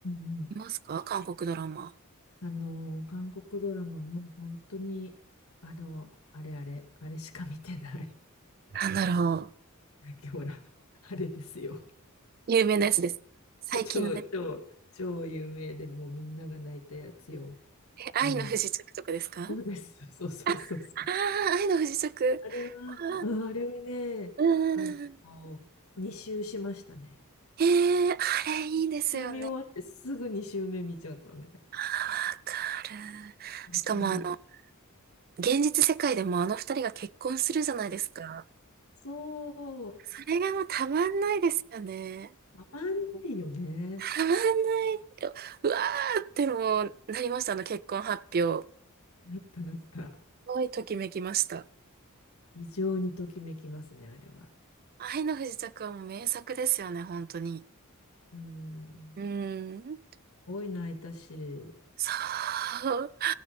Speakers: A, on the left; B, on the right.
A: うんうん
B: 見ますか韓国ドラマ。
A: あの、韓国ドラマも本当に、あの、あれあれ、あれしか見てない。
B: なんだろう。
A: <laughs> ほら、あれですよ。
B: 有名なやつです。最近の。
A: 超、超、<laughs> 超有名で、もうみんなが泣いたやつよ。
B: え、愛の不時着とかですか
A: あの、そうです。<laughs> そうそうそうそう。
B: あ、ああ、愛の不時着。
A: あれは、
B: あー、
A: うんあれはね、
B: うん。
A: あの、2周しましたね。
B: えー、あれいいですよね。
A: 2周見終わってすぐ2周目見ちゃったね。
B: あー、わかる。
A: うん
B: しかもあの、現実世界でもあの二人が結婚するじゃないですか。
A: そう、
B: それがもうたまんないですよね。
A: たまんないよね。
B: たまんない。うわーってもうなりました、あの結婚発表。す
A: なったなった。
B: ごいときめきました。
A: 非常にときめきますね、あれは。
B: 愛の不時着はもう名作ですよね、本当に。
A: うん。
B: うん。
A: すごい泣いたし、
B: そう。